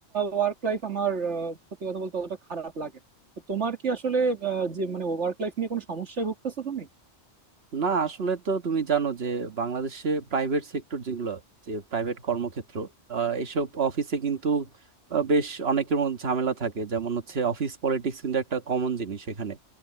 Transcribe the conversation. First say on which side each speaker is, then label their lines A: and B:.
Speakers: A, on the right; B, on the right.
A: ওয়ার্ক লাইফ আমার আহ, সত্যি কথা বলতে অতটা খারাপ লাগে না তো তোমার কি আসলে আহ, যে মানে ওয়ার্ক লাইফ নিয়ে কোনো সমস্যায় ভুগতেছো তুমি
B: না আসলে তো তুমি জানো যে বাংলাদেশে প্রাইভেট সেক্টর যেগুলো যে প্রাইভেট কর্মক্ষেত্র আহ, এসব অফিসে কিন্তু আহ, বেশ অনেকের মধ্যে ঝামেলা থাকে যেমন হচ্ছে অফিস পলিটিক্স কিন্তু একটা কমন জিনিস এখানে